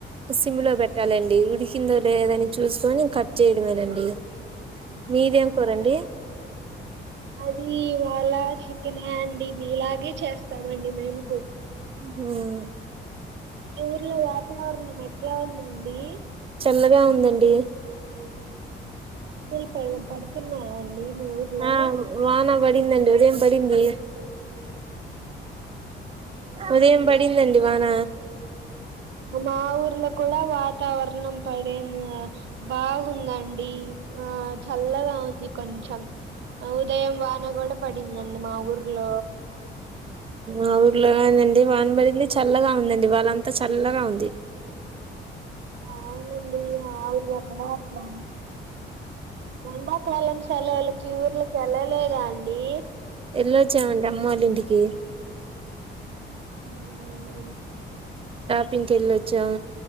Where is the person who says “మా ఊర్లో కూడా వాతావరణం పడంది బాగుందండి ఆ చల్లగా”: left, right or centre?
Right